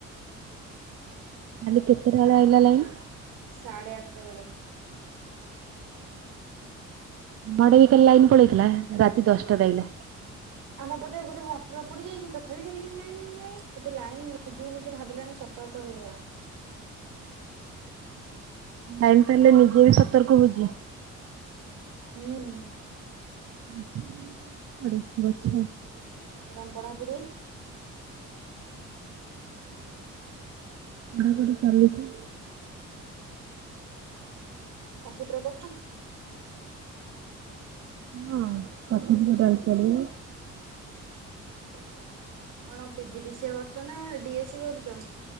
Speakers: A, on the right; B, on the right.
A: କାଲି କେତେଟା ବେଳେ ଆଇଲା ଲାଇନି।
B: ସାଢ଼େ ଆଠଟା ବେଳେ।
A: ମାଡ ବିିକା ଲାଇନ୍ ପଳେଇଥିଲା ରାତି ଦଶଟା ରେ ଆଇଲା।
B: <unintelligible> ଆମ ପଟେ ଗୋଟେ ମଟର ପୋଡ଼ି ଯାଇଛି ତଥାପି କାଲି କେମିତି ଲାଇନ ଅଇଲାଇ ଲାଇନି ନିଜକୁ ନିଜେ ଭାବିଲାଣି ସ। ସତର୍କ ହେଇଗଲାଣି।
A: ଲାଇନି ତାହେଲେ ନିଜେ ବି ସତର୍କ ହଉଛି।
B: ହୁଁ।
A: ଗଛ ଲାଗିଛି ନା କ'ଣ ଛ ଆଡୁ ଗଛ।
B: ଆଉ ତମ ପଢାପଢ଼ି।
A: ପଢ଼ାପଢି ଚାଲିଛି।
B: କମ୍ପୁଟର କରୁଛୁ।
A: ହଁ ପତିକୋଟା <inaudible>
B: <inaudible> କ'ଣ ପିଜି ଡ଼ି ସିଏ କରୁଛ ନା ଡି ଏ ସି କରୁଛ।